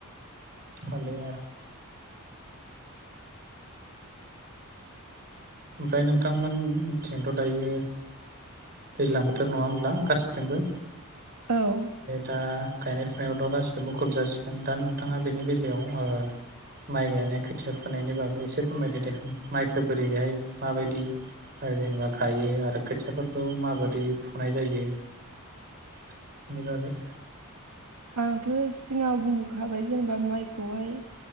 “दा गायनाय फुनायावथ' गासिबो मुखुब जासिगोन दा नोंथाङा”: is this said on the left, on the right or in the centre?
Right